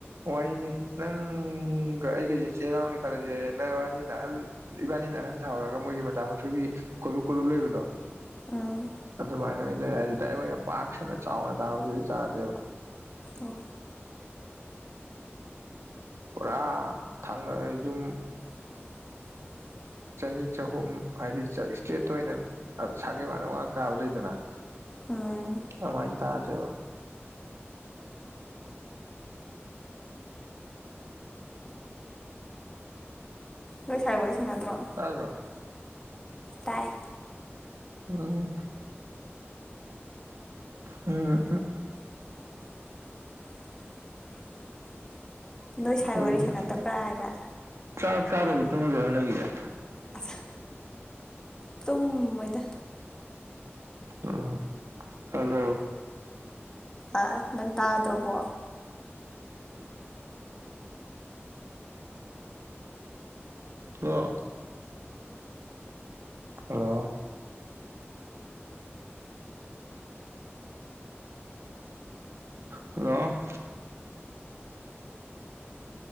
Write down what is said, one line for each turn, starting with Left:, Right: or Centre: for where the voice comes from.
Right: ꯋꯥꯔꯤꯅꯤ ꯅꯪꯒ ꯑꯩꯒꯁꯤ ꯏꯆꯤꯜ ꯏꯅꯥꯎꯅꯤ ꯈꯜꯂꯁꯦ ꯅꯪꯕꯥꯅꯤ ꯅ ꯑꯍꯜ ꯏꯕꯥꯅꯤꯅ ꯑꯍꯟ ꯁꯥꯎꯔꯒ ꯃꯣꯏꯒꯤ ꯃꯆꯥ ꯃꯁꯨꯒꯤ ꯀꯣꯂꯨꯞ ꯀꯣꯂꯨꯞ ꯂꯩꯕꯗꯣ
Left: ꯎꯝ
Right: ꯑꯗꯨꯃꯥꯏꯅ ꯑꯣꯏꯅ ꯂꯩꯔꯦ ꯍꯥꯏꯗꯤ ꯗꯥꯏꯔꯦꯛ ꯑꯣꯏꯅ ꯄꯥꯛ ꯁꯟꯅ ꯆꯥꯎꯅ ꯇꯥꯕꯗꯨꯗꯒꯤ ꯆꯥꯗꯦꯕ
Left: ꯑꯣ
Right: ꯄꯨꯔꯥ ꯊꯪꯅ ꯌꯨꯝ
Left: <inaudible>
Right: ꯆꯅꯤ ꯆꯍꯨꯝ ꯍꯥꯏꯗꯤ ꯏꯁꯇꯦꯠꯇ ꯑꯣꯏꯅ ꯁꯥꯒꯩ ꯃꯥꯅ ꯉꯥꯛ ꯇꯥꯕ ꯂꯩꯗꯅ
Left: ꯎꯝ
Right: ꯑꯗꯨꯃꯥꯏꯅ ꯇꯥꯗꯦꯕ
Left: ꯅꯣꯏ ꯁꯥꯥꯏꯒ ꯋꯔꯤ ꯁꯅꯥꯗ꯭ꯔꯣ
Right: ꯇꯥꯗ꯭ꯔꫭ
Left: ꯇꯥꯏ
Right: ꯎꯝ ꯎꯝ ꯎꯝ
Left: <inaudible> ꯅꯣꯏ ꯁꯥꯏ
Right: ꯍꯧꯖꯤꯛ
Left: ꯋꯥꯔꯤ ꯁꯥꯟꯅꯗꯕ꯭ꯔꯥ ꯍꯥꯏꯕ
Right: ꯆꯥꯛ ꯆꯥꯗꯕꯤ ꯇꯨꯝꯃꯗꯣꯏꯔꯣ ꯅꯪꯒꯤꯁꯦ
Left: ꯑꯆꯥ ꯇꯨꯝꯃꫭꯏꯗꯥ
Right: ꯎꯝ ꯍꯜꯂꫭ
Left: ꯑꯥꯑ ꯅꯪ ꯇꯥꯗ꯭ꯔꯕꯣ
Right: ꯍꯜꯂꫭ ꯍꯜꯂꯣ ꯍꯜꯂꯣ